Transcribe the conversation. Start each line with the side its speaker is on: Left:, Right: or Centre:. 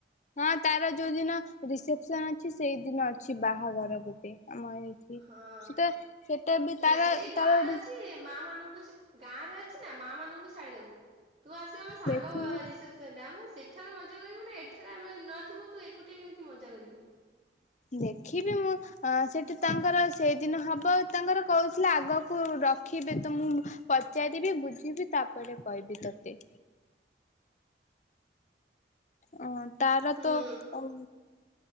Left: ହଁ ତାର ଯୋଉ ଦିନ ରିସେପସନ ଅଛି ସେଇଦିନ ଅଛି ବାହାଘର ଗୋଟେ। ଆମ ଏଇଠି
Right: ହଁ
Left: ସେଟା ସେଟା ବି ତାର
Right: ଏଇ ଗାଁ
Left: ତାର
Right: ରେ ଅଛି ମା ମାନଙ୍କୁ ଗାଁ ରେ ଅଛି ନା ମା ମାନଙ୍କୁ ଛାଡିଦବୁ ତୁ ଆସିବୁ ଆମ ସାଙ୍ଗ
Left: ଦେଖିବି
Right: ରିସେପସନ ରେ ଆମେ ସେ ସେଠାରେ ମଜା କରିବୁ ନା ଏଠାରେ ଆମେ ନଥିବୁ ତୁ ଏକୁଟିଆ କେମିତି ମଜା କରିବୁ
Left: ଦେଖିବି ମୁଁ ଅ ସେଠି ତାଙ୍କର ସେଇଦିନ ହବ ଆଉ ତାଙ୍କର କହୁଥିଲେ ଆଗକୁ ରଖିବେ ତ ମୁଁ ପଚାରିବି ବୁଝିବି ତାପରେ କହିବି ତତେ। ଅ ତାର
Right: ହୁଁ
Left: ତ ଉଁ